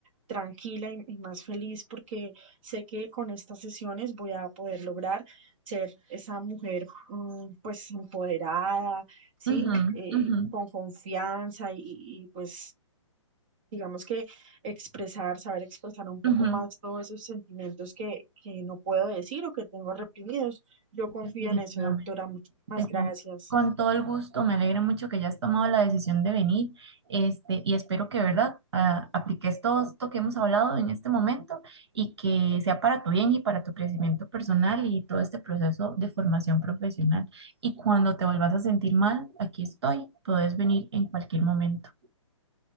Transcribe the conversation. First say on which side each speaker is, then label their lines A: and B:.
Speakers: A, on the right; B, on the right.
A: tranquila y, y más feliz porque Sé que con estas sesiones voy a poder lograr ser esa mujer mm, pues empoderada, ¿sí?
B: ujú,
A: Eh,
B: ujú,
A: con confianza y, y, pues digamos que expresar, saber expresar un poco
B: ujú,
A: más todos esos sentimientos que, que no puedo decir o que tengo reprimidos. Yo
B: Definitivamente.
A: confío en eso, doctora. Muchísimas
B: Defi-
A: gracias.
B: Con todo el gusto, me alegra mucho que hayas tomado la decisión de venir, este, y espero que, ¿verdad?, ah, apliques todo esto que hemos hablado en este momento y que sea para tu bien y para tu crecimiento personal y todo este proceso de formación profesional. Y cuando te vuelvas a sentir mal, aquí estoy, puedes venir en cualquier momento.